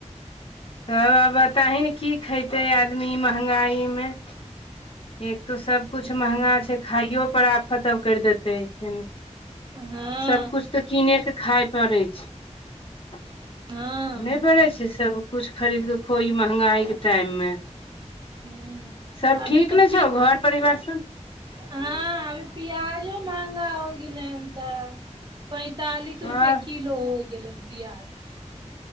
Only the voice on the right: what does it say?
हूँ
हँ।
हँ
हूॅं
अभी
तऽ
हँअ अभी पियाजो महंगा होइ गेलै हन तऽ। पैंतालिस
रुपए किलो होइ गेलन प्याज।